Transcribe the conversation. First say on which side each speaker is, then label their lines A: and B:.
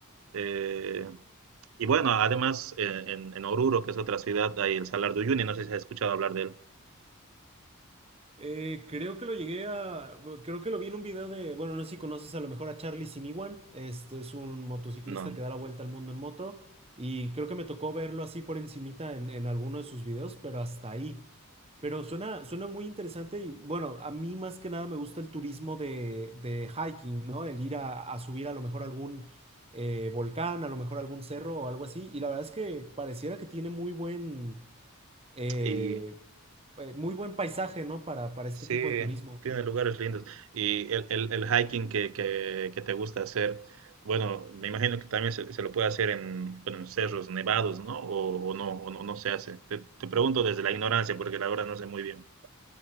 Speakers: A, on the right; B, on the right.
A: eh, y bueno, además eh, en, en Oruro, que es otra ciudad, hay el Salar de Uyuni, no sé si has escuchado hablar de él.
B: Eh, creo que lo llegué a, bueno, creo que lo vi en un video de, bueno, no sé si conoces a lo mejor a Charlie Siniwan, este es un motociclista
A: No, no.
B: que da la vuelta al mundo en moto y creo que me tocó verlo así por encimita en, en alguno de sus videos, pero hasta ahí. Pero suena, suena muy interesante y bueno, a mí más que nada me gusta el turismo de, de hiking, ¿no? El ir a, a subir a lo mejor algún eh, volcán, a lo mejor algún cerro o algo así y la verdad es que pareciera que tiene muy buen eh,
A: y
B: eh, muy buen paisaje, ¿no? Para, para este
A: sí,
B: tipo de turismo.
A: tiene lugares lindos. Y el, el, el hiking que, que, que te gusta hacer, bueno, me imagino que también se, se lo puede hacer en, bueno, en cerros nevados, ¿no? O, o no, o no, no se hace. Te, te pregunto desde la ignorancia, porque la verdad no sé muy bien.